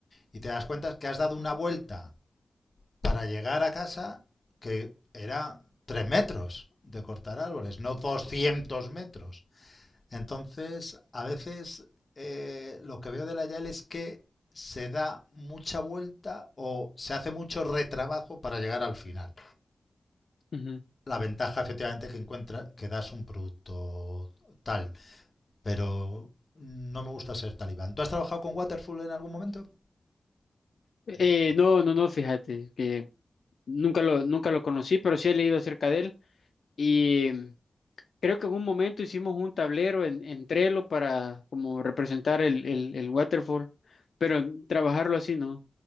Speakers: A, on the left; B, on the left.
A: y te das cuenta que has dado una vuelta para llegar a casa, que era 3 metros de cortar árboles, no 200 metros. Entonces, a veces eh, lo que veo de la YAL es que se da mucha vuelta o se hace mucho retrabajo para llegar al final.
B: ujú.
A: La ventaja efectivamente que encuentra que das un producto tal, pero no me gusta ser talibán. ¿Tú has trabajado con Waterfall en algún momento?
B: Eh, no, no, no, fíjate, que nunca lo, nunca lo conocí, pero sí he leído acerca de él. Y mm, creo que en un momento hicimos un tablero en, en Trello para como representar el, el, el waterfall, pero trabajarlo así, ¿no?